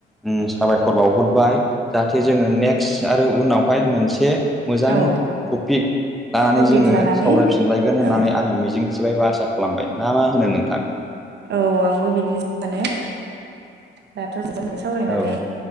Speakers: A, in the centre; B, on the right.
A: उम साबायखर बावहरबाय जाहाथे जोङो नेक्स्ट आरो उनावहाय मोनसे मोजां
B: औ
A: टपिक लानानै
B: टपिक
A: जोङो
B: लानानै
A: सावरायफिन गोन होननानै
B: औ
A: आङो मिजिंथिबायबा आसा खालामबाय ना मा होनो नोंथां
B: औ आंबो बिदिनो सानो दाथ' <unintelligible> सावरायनानै
A: औ